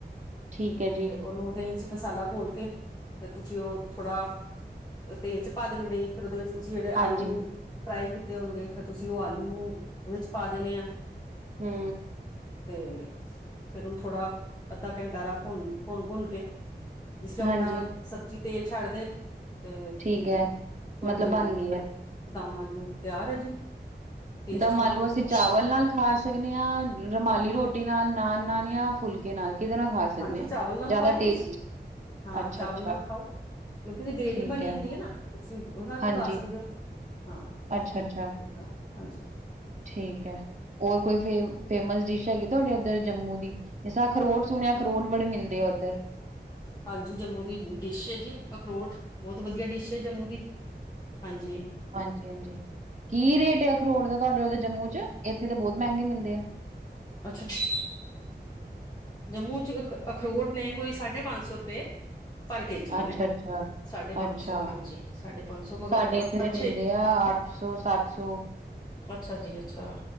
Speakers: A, on the right (about 40°); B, on the left (about 20°).
A: ਠੀਕ ਹੈ ਜੀ
B: ਤੇ, ਉਹਨੂੰ ਦੇਖ ਮਸਾਲਾ ਘੋਲ ਕੇ, ਤੇ ਤੁਸੀਂ ਉਹ ਥੋੜਾ ਤੇਲ ਚ ਭੁਦ ਦੇਈ, ਫਿਰ ਉਹਦੇ ਵਿੱਚ ਤੁਸੀਂ ਜਿਹੜੇ
A: ਹਾਂਜੀ
B: ਆਲੂ ਫਰਾਈ ਕਿਤੇ ਫਿਰ ਤੁਸੀਂ ਉਹ ਆਲੂ, ਉਹਦੇ ਚ ਪਾ ਦੇਣੇ ਆ
A: ਹੂੰ।
B: ਤੇ ਫਿਰ ਓਨੂੰ ਥੋੜਾ ਅੱਧਾ ਘੰਟਾ ਭੁਨ-ਭੁਣ-ਭੁੰਨ ਕੇ ਜਿਸ ਤਰ੍ਹਾਂ
A: ਹਾਂਜੀ
B: ਆਪਣਾ ਸਬਜ਼ੀ ਤੇਲ ਛੱਡ ਦੇ ਤੇ
A: ਠੀਕ ਹੈ
B: ਤੁਹਾਡੀ
A: ਮਤਲਬ ਬਣ ਗਈ ਹੈ
B: ਦਮ ਆਲੂ ਤਿਆਰ ਐ ਜੀ। ਟੇਸਟ
A: ਦਮ
B: ਕਰੋ
A: ਆਲੂ
B: ਤੁਸੀਂ
A: ਅਸੀਂ ਚਾਵਲ ਨਾਲ ਖਾ ਸਕਦੇ ਆ, ਰੁਮਾਲੀ ਰੋਟੀ ਨਾਲ, ਨਾਨ ਨਾਲ, ਫੁਲਕ ਕੇ ਨਾਲ ਕਿਧਦੇ ਨਾਲ ਖਾ ਸਕਦੇ
B: ਹਾਂਜੀ
A: ਆ?
B: ਚਾਵਲ ਨਾਲ
A: ਜ਼ਿਆਦਾ
B: ਖਾਓ
A: ਟੇਸਟ
B: ਤੁਸੀਂ ਹਾਂ,
A: ਅੱਛਾ
B: ਚਾਵਲ
A: ਅੱਛਾ
B: ਨਾਲ ਖਾਓ। ਕਿਉਂਕਿ ਉਹਦੀ ਗ੍ਰਰੇਵੀ
A: ਠੀਕ
B: ਬਣੀ
A: ਹੈ
B: ਹੁੰਦੀ ਐ ਨਾ। ਤੁਸੀਂ ਉਹਦੇ ਨਾਲ
A: ਹਾਂਜੀ
B: ਵੀ ਖਾ ਸਕਦੇ ਓ। ਹਾਂ‌।
A: ਅੱਛਾ ਅੱਛਾ
B: ਆਪਣਾ ਹਾਂਜੀ।
A: ਠੀਕ ਐ। ਹੋਰ ਕੋਈ ਫੇਮ-ਫੇਮਸ ਡਿਸ਼ ਹੈਗੀ ਤੁਹਾਡੇ ਉੱਧਰ ਜੰਮੂ ਦੀ? ਜਾਂ ਖਰੋਟ ਸੁਣਿਐ, ਖਰੋਟ ਬੜੇ ਮਿਲਦੇ ਐ ਓਧਰ।
B: ਹਾਂਜੀ ਜੰਮੂ ਦੀ ਡਿਸ਼ ਐ ਜੀ ਅਖਰੋਟ। ਬਹੁਤ ਵਧੀਆ ਡਿਸ਼ ਜੰਮੂ ਦੀ, ਹਾਂਜੀ।
A: ਹਾਂਜੀ-ਹਾਂਜੀ। ਕੀ ਰੇਟ ਐ ਅਖਰੋਟ ਦਾ ਤੁਹਾਡੇ ਜੰਮੂ ਚ? ਇੱਥੇ ਤਾਂ ਬਹੁਤ ਮਹਿੰਗੇ ਮਿਲਦੇ ਆ।
B: ਅੱਛਾ <unintelligible> ਜੰਮੂ ਚ ਅ-ਅਖਰੋਟ ਨੇ ਕੋਈ ਸਾਢੇ ਪੰਜ ਸੌ ਰੁਪਏ। ਪਰ ਕੇ ਜੀ
A: ਅੱਛਾ-ਅੱਛਾ।
B: ਨੇ ਸਾਢੇ
A: ਅੱਛਾ।
B: ਪੰਜ ਸੌ ਹਾਂਜੀ ਸਾਢੇ ਪੰਜ ਸੌ ਮਗਰ
A: ਸਾਡੇ ਇੱਥੇ ਦੇ
B: ਅੱਛੇ
A: ਮਿਲਦੇ ਆ ਅੱਠ ਸੌ, ਸੱਤ ਸੌ।
B: ਅੱਛਾ ਜੀ ਅੱਛਾ।